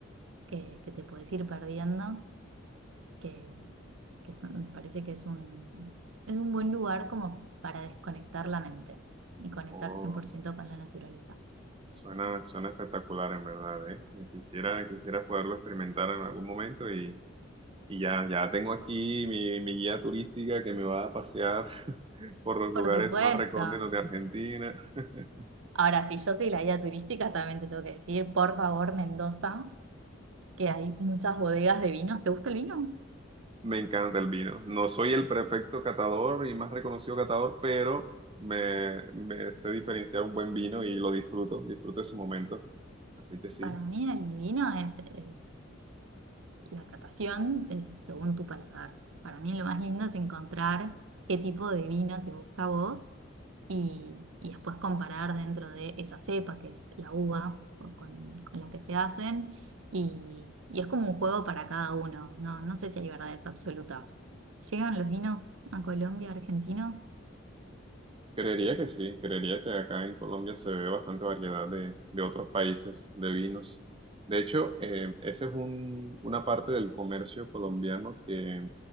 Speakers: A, on the right (about 75°); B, on the right (about 25°).
A: que, que te puedes ir perdiendo, que, que son- me parece que es un, es un buen lugar como para desconectar la mente y conectar
B: Oh,
A: cien por ciento con la naturaleza.
B: suena, suena espectacular en verdad, ¿eh? Y Quisiera, quisiera poderlo experimentar en algún momento y, y ya, ya tengo aquí mi, mi guía turística que me va a pasear <laughs> por los
A: Por
B: lugares
A: supuesto,
B: más recónditos de Argentina. <laughs>
A: Ahora, si yo soy la guía turística, también te tengo que decir, por favor, Mendoza, que hay muchas bodegas de vinos. ¿Te gusta el vino?
B: Me encanta el vino. No soy el perfecto catador y más reconocido catador, pero me, me sé diferenciar un buen vino y lo disfruto, disfruto ese momento. Así que sí.
A: Para mí el vino es, eh, la catación es según tu paladar. Para mí lo más lindo es encontrar qué tipo de vino te gusta a vos y, y después comparar dentro de esa cepa, que es la uva con, con- con la que se hacen. Y, y es como un juego para cada uno. No, no sé si hay verdades absolutas. ¿Llegan los vinos a Colombia, argentinos?
B: Creería que sí, creería que acá en Colombia se ve bastante variedad de, de otros países de vinos. De hecho, eh, esa es un- una parte del comercio colombiano que,